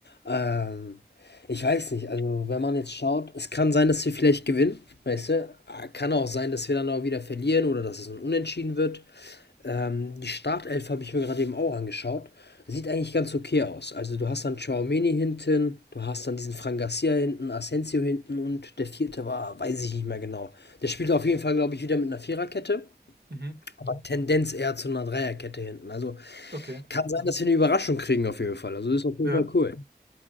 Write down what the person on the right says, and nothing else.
Mhm.
Okay.
Ja.